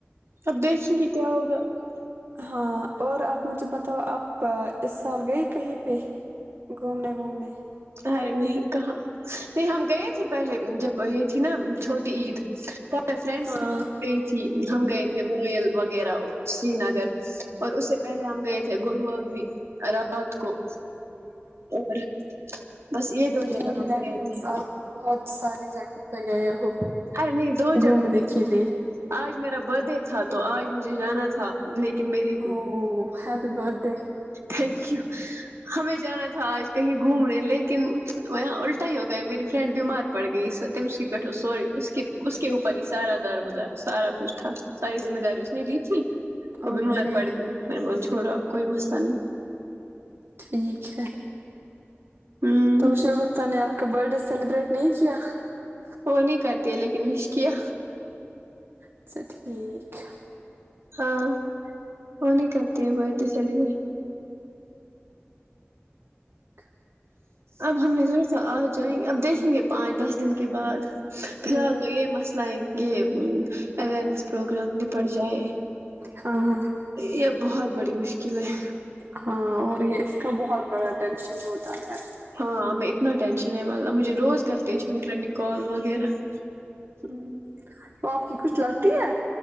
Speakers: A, on the right; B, on the right.
A: اب دیکھیں گے کیا ہوگا <unintelligible>
B: ہاں اور آپ مجھے بتاؤ آپ اس سال گئی کہیں پہ گھومنے وومنے
A: ارے نہیں کہاں نہیں ہم گئے تھے پہلے جب یہ تھی نا چھوٹی عید <unintelligible> میں فرینڈس
B: ہاں
A: کے ساتھ گئی تھی ہم گئے تھے رویل وغیرہ سری نگر <unintelligible> اور اس سے پہلے ہم گئے تھے گلمرگ بھی رات کو اور بس یہ دو جگہ
B: لائک
A: ہم
B: دیٹ
A: گئے
B: مینس
A: تھے <unintelligible>
B: آپ بہت ساری جگ پ گئے ہو <unintelligible>
A: ارے نہیں دو جگہ
B: گھومنے
A: پئی
B: کے لیے
A: آج میرا بد تھا تو آج مجھے جانا تھا لیکن <unintelligible> کہ میری
B: او happy birthday
A: thank you ہمیں جانا تھا آج <unintelligible> کہیں گھوم رہے لیکن وہاں الٹا ہی ہو گیا میری فرینڈ بیمار <unintelligible> پڑ گئی س تم س پ سوری <unintelligible> اس کے اس کے اوپر ہی سارا دار بدار سارا کچھ تھا ساری ذمہ داری اس نے لی تھی وہ
B: اوکے
A: بھی مار پڑ گئی میں بس چھوڑو اب کوئی وسہ نہیں
B: ٹھیک ہے <unintelligible>
A: ہوں
B: تو ش بکت نے آ کا برتھ ڈے سیلیبریٹ نہیں کیا <unintelligible>
A: وہ نہیں کرتی ہے لیکن مش کیا
B: اچھا ٹھیک <unintelligible>
A: ہاں وہ نہیں کرتی ہے برتھ ڈے سیلیبریٹ
B: چ <inaudible>
A: اب ہم نے زور سے آ جائیں گے اب دیکھیں گے پانچ دس دن کے بعد فی
B: ہمم
A: الحال تو یہ مسلہ یہ اوئیرنیس پروگرام بھیپڑ جائے
B: ہاںاں
A: یہ بہت بڑی مشکل ہے
B: ہاں اور بہت بڑا ٹشن ہوتا ہے
A: ہاں ہمیں اتنا ٹینشن وال مجھے روز کرتے چھوٹ رہے نے کال و اغیرہ <unintelligible>
B: ہ اور ک <unintelligible> کچھ لگتی ہے